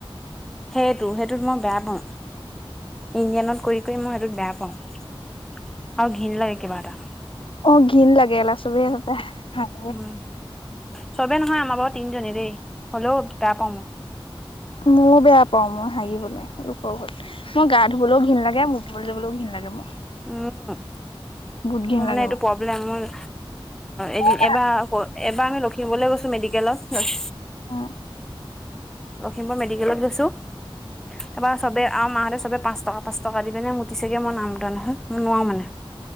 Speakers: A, in the centre; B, on the left.
A: সেইটো সেইটোত মই বেয়া পাওঁ। ইঞডিয়ানত কৰি কৰি মই সেইটোক বেয়া পাওঁ আৰু ঘিণ লাগে কিবা এটা।
B: অ' ঘিন লাগে চবেই তাতে
A: উম' চবেই নহয় আমাৰ বাৰু তিনিজনী দেই হ'লেও বেয়া পাওঁ মই।
B: ময়ো বেয়া পাওঁ, মই হাগিবলৈ লোকৰ ঘৰত মই গা ধুবলৈও ঘিন লাগে মোক ঘৰলৈ যাবলৈও ঘিণ লাগে মোৰ।
A: উম,
B: বহুত ঘিণ
A: মোৰ মানে
B: লাগে
A: এইটো প্ৰব্লেম মই! এদ
B: উম,
A: এবাৰ এবাৰ আমি লখিমপুৰলৈ গৈছো মেডিকেলত!
B: অ।
A: লখিমপুৰ মেডিকেলত গৈছোঁ তাৰপৰা চবে আৰু মাহঁতে চবে পাঁচ টকা! পাঁচ টকা দি পেলাই মোটিছোগৈ, মই নাই মোটা নহয়। মই নোৱাৰোঁ মানে